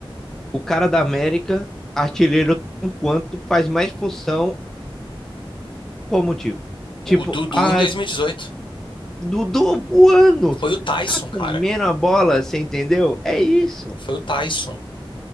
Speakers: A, in the centre; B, on the left.
A: o cara da América, artilheiro, enquanto faz mais função, qual motivo?
B: O
A: Tipo,
B: Dudu
A: ai,
B: em 2018.
A: Dudu voando,
B: Foi o Tyson,
A: cara comendo
B: cara.
A: a bola, você entendeu? É isso,
B: Foi o Tyson.